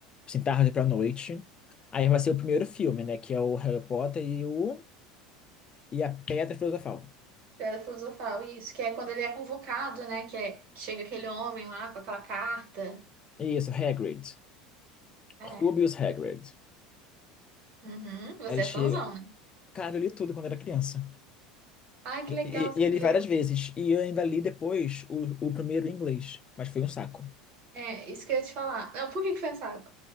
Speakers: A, on the left (about 30°); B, on the right (about 55°).
A: assim, tarde pra noite. Aí vai ser o primeiro filme, né? Que é o Harry Potter e o... E a Pedra Filosofal.
B: Pedra filosofal, isso. Que é quando ele é convocado, né? Que, é, que chega aquele homem lá com aquela carta.
A: Isso, Hagrid.
B: É.
A: Rubius Hagrid.
B: Uhum. Você
A: Aí ele chega...
B: é fãzão, né?
A: Cara, eu li tudo quando era criança.
B: Ai,
A: E,
B: que legal,
A: e,
B: você
A: e eu
B: leu.
A: li várias vezes. E eu ainda li depois o, o primeiro em inglês. Mas foi um saco.
B: É, isso que eu ia te falar. Não, por que que foi um saco?